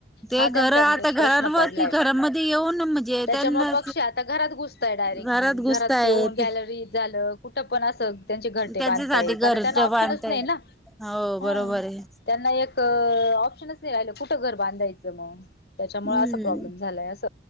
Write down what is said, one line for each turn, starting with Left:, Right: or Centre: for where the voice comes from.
Centre: ते
Left: हा त्यांचा
Centre: घर आता घरांवरती
Left: प्रश्न डय
Centre: घरामध्ये येऊन म्हणजे
Left: त्याच्यामुळे
Centre: त्यांना
Left: पक्षी आता घरात घुसताय डायरेक्टली
Centre: घरात घुसताय
Left: घरातऊन कॅलरी
Centre: ते
Left: झालं कुठं पण अस त्यांचे घरटे
Centre: त्यांच्यासाठी
Left: बांधता ये
Centre: घर
Left: कारण त्यांना ऑप्शनच
Centre: बांधताय
Left: नाही ना
Centre: हो
Left: हम्म
Centre: बरोबर आहे
Left: त्यांना एक ऑप्शनच नाही राहिलं कुठं घर बांधायचं मग त्याच्यामुळे
Centre: हम्म
Left: असं प्रॉब्लेम झालाय अस